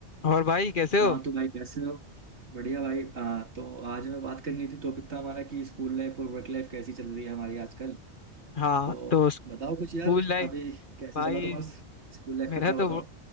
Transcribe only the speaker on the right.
हाँ
तो भाई कैसे हो बढ़िया भाई आ, तो आज हमें बात करनी थी टॉपिक था हमारा कि स्कूल लाइफ और वर्क लाइफ कैसी चल रही है हमारी आजकल
तो
बताओ कुछ यार
अभी कैसे
चला तुम्हारा स्कूल लाइफ
का क्या
बताओ